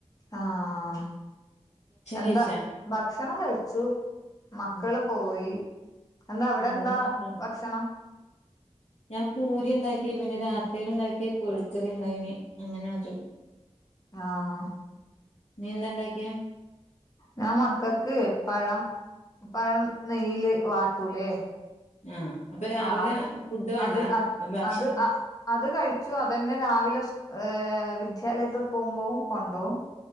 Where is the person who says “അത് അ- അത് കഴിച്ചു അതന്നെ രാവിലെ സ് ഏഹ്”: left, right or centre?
Left